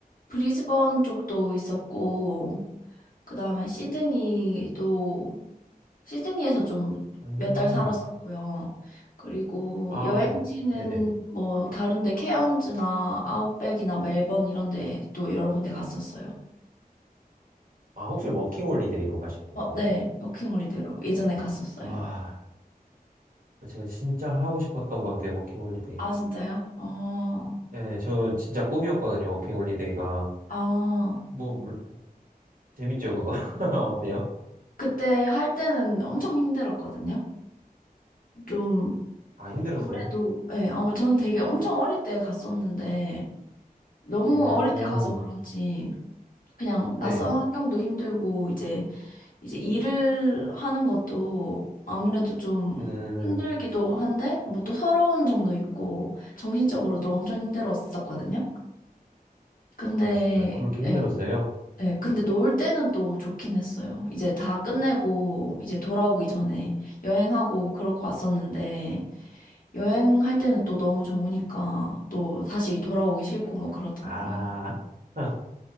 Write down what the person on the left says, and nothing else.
브리즈번 쪽도 있었고, 그 다음에 시드니도, 시드니에서 좀
몇 달 살았었고요. 그리고
여행지는
뭐 다른데 케언즈나 아웃백이나 멜번 이런 데 또 여러 군데 갔었어요.
어,
네. 워킹홀리데이로 예전에 갔었어요.
아, 진짜요? 어,
아,
그때 할 때는 엄청 힘들었거든요. 좀
아무래도 예, 아무 전 되게 엄청 어릴 때 갔었는데 너무
어릴 때 가서 그런지 그냥 낯선
환경도 힘들고 이제 이제 일을 하는 것도 아무래도 좀
힘들기도 한데 뭐 또 서러운 점도 있고 정신적으로도 엄청 힘들었었거든요. 근데
예, 네, 근데 놀 때는 또 좋긴 했어요. 이제 다 끝내고, 이제 돌아오기 전에 여행하고 그렇고 왔었는데, 여행할 때는 또 너무 좋으니까, 또 다시 돌아오기 싫고 뭐 그렇더라고요.